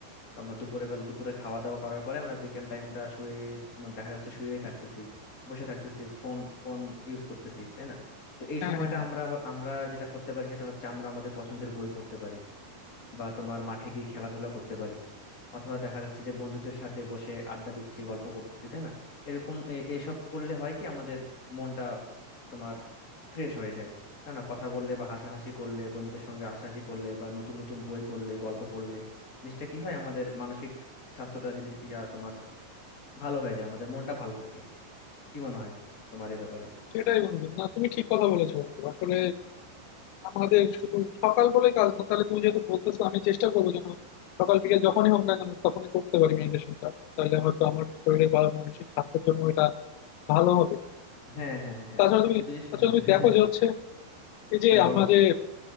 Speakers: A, on the left; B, on the left.
A: তো আমরা দুপুরে বেলা দুপুরে খাওয়া দাওয়া করার পরে আমরা বিকেল টাইমটা শুয়ে মানে দেখা যাচ্ছে শুয়েই থাকতেছি বসে থাকতেছি ফোন ফোন ইউজ করতেছি তাই না তো এই
B: হ্যাঁ
A: সময়টা
B: হ্যাঁ হ্যাঁ,
A: আমরা আমরা যেটা করতে পারি সেটা হচ্ছে আমরা আমাদের পছন্দের বই পড়তে পারি বা তোমার মাঠে গিয়ে খেলাধুলা করতে পারি অথবা দেখা যাচ্ছে যে বন্ধুদের সাথে বসে আড্ডা দিচ্ছি গল্প করতেছি তাই না এরকম এ- এসব করলে হয় কি আমাদের মনটা তোমার ফ্রেশ হয়ে যায় না না কথা বললে বা হাসাহাসি করলে বন্ধুদের সঙ্গে হাসাহাসি করলে বা নতুন নতুন বই পড়লে গল্প পড়লে জিনিসটা কি হয় আমাদের মানসিক স্বাস্থ্যটা জিনিস ইয়া তোমার ভালো হয়ে যায় আমাদের মনটা ভালো থাকে কি মনে হয় তোমার এই ব্যাপারে
B: সেটাই বন্ধু না তুমি ঠিক কথা বলেছো বন্ধু আসলে আমাদের শুধু সকাল বলেই কাজ না তাহলে তুমি যেহেতু বলতেছো আমি চেষ্টা করবো যেন সকাল বিকেল যখনই হোক না কেন তখনই করতে পারি মেডিটেশনটা তাহলে হয়তো আমার শরীরে বা মানসিক স্বাস্থ্যের জন্য এটা ভালো হবে
A: হ্যাঁ হ্যাঁ হ্যাঁ
B: তাছাড়া তুমি
A: শুধু যে <laughs>
B: তাছাড়া তুমি দেখো যে হচ্ছে এই যে
A: হ্যাঁ
B: আমরা
A: বলো
B: যে